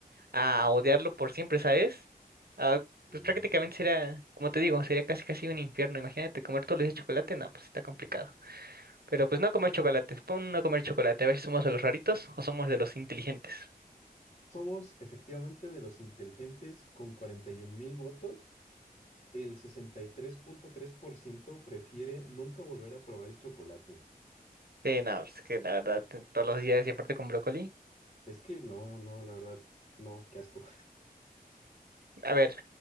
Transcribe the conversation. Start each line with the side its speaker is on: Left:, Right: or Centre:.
Right: a odiarlo por siempre, ¿sabes? Ah,
Left: Mm.
Right: pues prácticamente sería, como te digo, sería casi casi un infierno. Imagínate comer todos los días chocolate, no, pues está complicado. Pero pues no comer chocolates, pon no comer chocolate, a ver si somos de los raritos o somos de los inteligentes.
Left: Somos efectivamente de los inteligentes con 41 mil votos. El sesenta y tres tres punto tres por ciento prefiere nunca volver a probar el chocolate.
Right: Sí, no, es que la verdad, t- todos los días y aparte con brócoli.
Left: Es que no, no, la verdad, no, qué asco.
Right: A ver,